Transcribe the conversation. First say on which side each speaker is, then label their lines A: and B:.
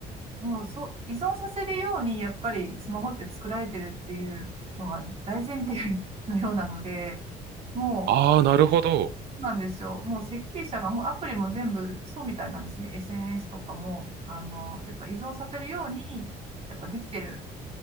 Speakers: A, on the right (about 35°); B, on the right (about 75°).
A: もうそう、依存させるように、やっぱりスマホって作られてるっていうのが大前提のようなので、もう、
B: ああ、
A: そ
B: なるほど。
A: うなんですよ。もう設計者がもうアプリも全部そうみたいなんですね。SNS とかも、あの、やっぱ依存させるように、やっぱできてる